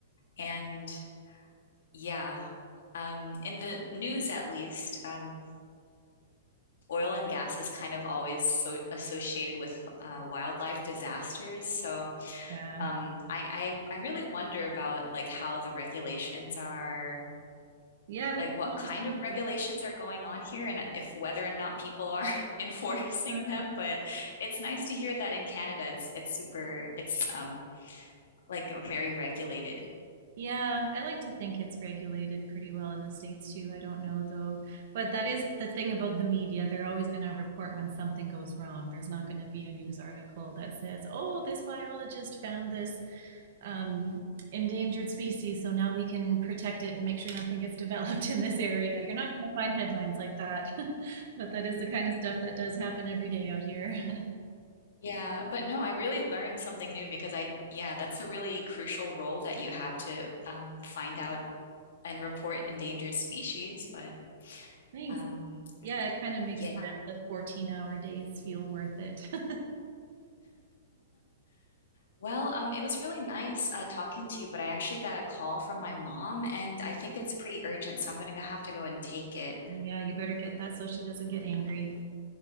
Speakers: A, on the left; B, on the right.
A: And yeah, um in the news at least, um oil and gas is kind of always so associated with uh, wildlife disasters. So
B: <laughs> yeah,
A: Um, I, I I really wonder about like how the regulations are,
B: yeah, it would
A: like
B: be
A: what
B: interesting
A: kind of regulations
B: to.
A: are going on here, and uh, if whether or not people are <laughs> enforcing
B: Uh,
A: them. But it's nice to hear that in Canada, it's it's super, it's um like very regulated.
B: Yeah, I like to think it's regulated pretty well in the States too. I don't know though. But that is the thing about the media. They're always going to report when something goes wrong. There's not going to be a news article that says, oh, this biologist found this um, endangered species, so now we can protect it and make sure nothing gets <laughs> developed in this area. You're not going to find headlines like that. <laughs> But that is the kind of stuff that does happen every day out here. <laughs>
A: Yeah, but no, I really learned something new because I, yeah, that's a really crucial role that you have to um, find out and report endangered species. But
B: Thanks.
A: um,
B: Yeah, it kind of makes
A: yeah.
B: the 14 hour days feel worth it. <laughs>
A: Well, um, it was really nice uh, talking to you, but I actually got a call from my mom, and I think it's pretty urgent, so I'm gonna have to go and take it.
B: Well, yeah, you better get that so she doesn't get angry.